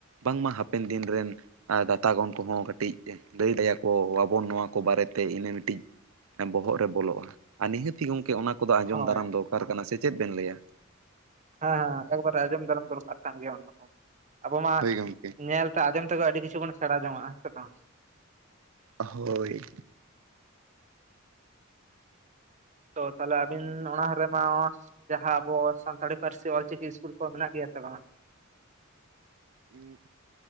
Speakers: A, on the right; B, on the right.
A: ᱵᱟᱝᱢᱟ ᱦᱟᱯᱮᱱ ᱫᱤᱱ ᱨᱮᱱ ᱟᱸ ᱫᱟᱛᱟ ᱜᱚᱱ ᱠᱚᱦᱚᱸ ᱠᱟᱹᱴᱤᱡ ᱞᱟᱹᱭ ᱫᱮᱭᱟ, ᱠᱚᱣᱟᱵᱚᱱ ᱱᱚᱣᱟ ᱠᱚ ᱵᱟᱨᱮᱛᱮ ᱤᱱᱟᱹ ᱢᱤᱴᱤᱡ ᱦᱮᱸ ᱵᱚᱦᱚᱜ ᱨᱮ ᱵᱚᱞᱚᱜᱼᱟ ᱟᱸ ᱱᱤᱦᱟᱹᱛᱤ ᱜᱚᱢᱠᱮ ᱚᱱᱟ ᱠᱚᱫᱚ ᱟᱸᱡᱚᱢ
B: ᱦᱳᱭ
A: ᱫᱟᱨᱟᱢ
B: ᱦᱮᱸ
A: ᱫᱚᱨᱠᱟᱨ ᱠᱟᱱᱟ ᱥᱮ ᱪᱮᱫ ᱵᱮᱱ ᱞᱟᱹᱭᱟ
B: ᱦᱮᱸ ᱦᱮᱸ ᱮᱠᱵᱟᱨ ᱟᱸᱡᱚᱢ ᱫᱟᱨᱚᱢ ᱫᱚᱨᱠᱟᱨ ᱠᱟᱱ ᱜᱮᱭᱟ ᱚᱱᱟ ᱠᱚ ᱟᱵᱚ ᱢᱟ
A: ᱦᱳᱭ ᱜᱚᱢᱠᱮ
B: ᱧᱮᱞ ᱛᱮ ᱟᱸᱡᱚᱢ ᱛᱮᱫᱚ ᱟᱹᱰᱤ ᱠᱤᱪᱷᱩᱜᱟᱱ ᱥᱮᱬᱟᱸ ᱡᱚᱧᱚᱜᱼᱟ ᱦᱮᱸ ᱵᱟᱝ?
A: ᱦᱳᱭ᱾
B: ᱛᱚ ᱛᱟᱦᱚᱞᱮ ᱟᱵᱤᱱ ᱚᱱᱟ ᱦᱟᱨᱮ ᱱᱚᱣᱟ ᱡᱟᱦᱟᱸ ᱟᱵᱚ ᱥᱟᱱᱛᱟᱲᱤ ᱯᱟᱹᱨᱥᱤ ᱚᱞ, ᱪᱤᱠᱤ ᱤᱥᱠᱩᱞ ᱠᱚ ᱢᱮᱱᱟᱜ ᱜᱮᱭᱟ ᱥᱮ ᱵᱟᱝ-ᱟ?
A: ᱦᱮᱸ᱾